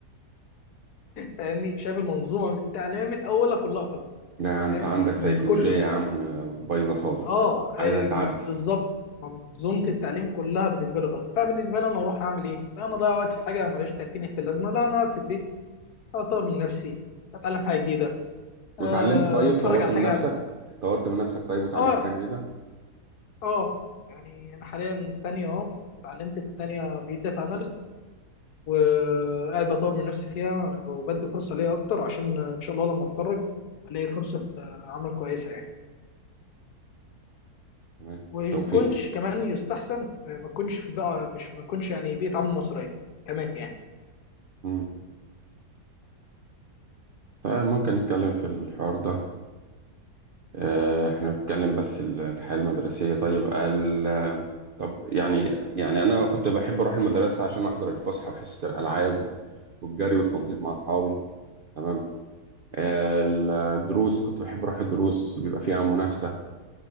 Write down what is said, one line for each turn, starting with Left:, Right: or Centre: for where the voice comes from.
Left: فاهمني شايف المنظومه التعليميه من اولها كلها غلط
Right: ده
Left: يعني فاهم
Right: انت عندك
Left: من
Right: سيكولوجية
Left: كله
Right: يا عم بايظة خالص
Left: اه
Right: عايزة
Left: ال-
Right: تعدي
Left: بالظبط منظومه التعليم كلها بالنسبه لي غلط فبالنسبه لي انا اروح اعمل ايه لا انا اضيع وقت في حاجه ملهاش 30 في اللازمه لا انا اقعد في البيت اطور من نفسي اتعلم حاجه جديده آه،
Right: وتعلمت طيب
Left: اتفرج
Right: طورت
Left: على
Right: من
Left: حاجه
Right: نفسك طورت من نفسك طيب وتعلمت
Left: اه
Right: حاجة جديدة
Left: اه يعني انا حاليا تانية اهو اتعلمت في التانية بقيت داتا اناليست وقاعد بطور من نفسي فيها وبدي فرصه ليا اكتر عشان ان شاء الله لما اتخرج الاقي فرصه آه، عمل كويسه يعني.
Right: تمام
Left: ويكونش
Right: توفيق
Left: كمان يستحسن آه، ما يكونش في بقى مش ما يكونش يعني بيئة عمل مصرية كمان يعني
Right: مم. طيب ممكن نتكلم في الحوار ده آه، احنا بنتكلم بس ال- الحياة المدرسية طيب ال... طب يعني يعني انا كنت بحب اروح المدرسة عشان احضر الفسحة وحصة الالعاب و- والجري والتنطيط مع اصحابي تمام آه، الدروس كنت بحب اروح الدروس بيبقى فيها منافسة